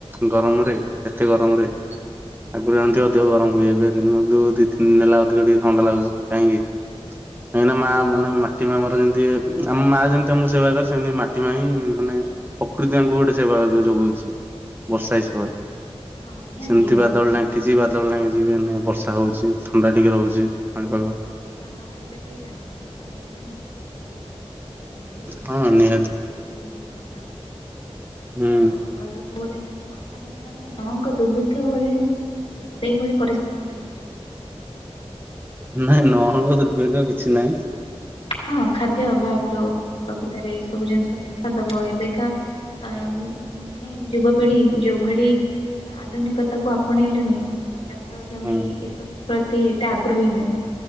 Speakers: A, on the right; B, on the left.
A: ଗରମ ରେ ଏତେ ଗରମ ରେ ଆଗରୁ ଯେମିତି
B: ହଁ
A: ଅଧିକ ଗରମ ହୁଏ, ଏବେ ଦିନୁ ଯୋଉ ଦି ତିନି ଦିନ ହେଲା ଅଧିକ ଟିକେ ଥଣ୍ଡା ଲାଗୁଛି କାହିଁକି କାହିଁକି ନା ମା ମାନେ ମାଟି ମା ମୋ ର ଯେମିତି ଏ ଆମ ମା ଯେମିତି ଆମକୁ ସେବା କରେ, ସେମିତି ମାଟି ମା ହିଁ ମାନେ ପ୍ରକୃତି ୟାଙ୍କୁ ଗୋଟେ ସେବା ଯୋଗଉଛି। ବର୍ଷା ହିସାବରେ
B: ହଁ ନିହାତି
A: ସେମିତି
B: ବର୍ଷା
A: ବାଦଲ
B: ନହେଲେ
A: ଢାଙ୍କିଚି ବାଦ ଦଲ ଢାଙ୍କିଚି ମାନେ ବର୍ଷା ହଉଛି, ଥଣ୍ଡା ଟିକେ ହଉଚି ପାଣିପାଗ।
B: ବର୍ଷ ନହେଲେ ବି ଆମେ ତ ହଇରାଣ ହେଇଥାନ୍ତେ ବହୁତ। ଯେମିତି
A: ହଁ
B: ଚାଷକୁ
A: ନିହାତି
B: ଡେରି ହେଇଥାନ୍ତା।
A: ହୁଁ
B: କଣ କହିଲ? ଭୁଲେ ଯଦି ବର୍ଷା ନ ହେଇଥାନ୍ତା ନଙ୍କ ଦୁର୍ବିକ୍ଷ ଭଳି ଏ ସେଇଭଳି ପରିସ୍ଥିତି ହେଇଯାଇଥାନ୍ତା।
A: ନାଇଁ ନଙ୍କ ଦୁର୍ବିକ୍ଷ କିଛି ନାଇଁ।
B: ହଁ ଖାଦ୍ୟ ଅଭାବରୁ। ପ୍ରକୃତରେ ଏଇ ସବୁ ଜିନିଷ ଦେଖାଦବ ଏବେକା ଆ ମାନେ ଯୁବପିଢି ଯୋଉଭଳି ଆଧୁନିକତାକୁୁ ଆପଣେଇଲେଣି ଚାଷ ଜମି
A: ହଁ
B: ଏସବୁ ପ୍ରତି ଏତେ ଆଗ୍ରହୀ ନୁହେଁ,